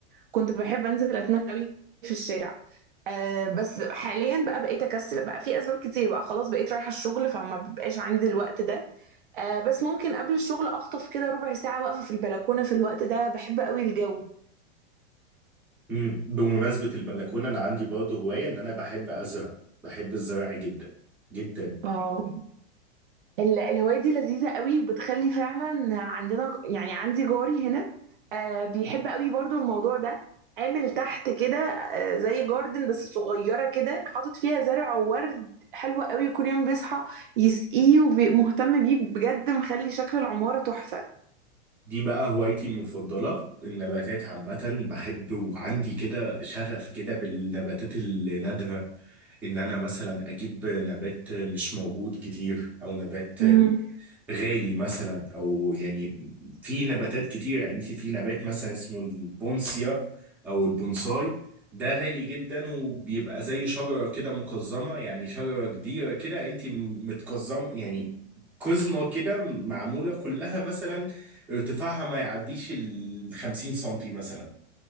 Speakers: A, on the right (about 50°); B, in the centre.
A: كنت بحب انزل اتمشى أوي في الشارع آه، بس حاليا بقى بقيت اكسل بقى في اسباب كتير بقى خلاص بقيت رايحة الشغل فما بيبقاش عندي الوقت ده آه، بس ممكن قبل الشغل اخطف كده ربع ساعة واقفة في البلكونة في الوقت ده بحب قوي الجو
B: امم بمناسبة البلكونة انا عندي برضه هواية ان انا بحب ازرع بحب الزرع جدا جدا
A: اه ال- الهواية دي لذيذة قوي وبتخلي فعلا عندنا يعني عندي جاري هنا آه بيحب قوي برضو الموضوع ده عامل تحت كده آه زي جاردن بس صغيرة كده حاطط فيها زرع وورد حلو قوي كل يوم بيصحى يسقيه ومهتم بيه بجد مخلي شكل العمارة تحفة
B: دي بقى هوايتي المفضلة النباتات عامة بحب وعندي كده شغف كده بالنباتات النادرة ان انا مثلا اجيب نبات مش موجود كتير او نبات
A: امم
B: غالي مثلا او يعني في نباتات كتير يعني انت في نبات مثلا اسمه البونسيا او البونساي ده غالي جدا وبيبقى زي شجرة كده مقزمة يعني شجرة كبيرة كده انت متقزم يعني قزمة كده معمولة كلها مثلا ارتفاعها ما يعديش ال 50 سنتي مثلا